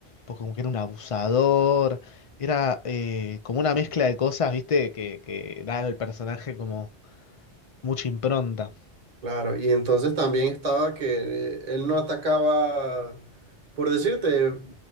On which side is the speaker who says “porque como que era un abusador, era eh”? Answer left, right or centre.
Left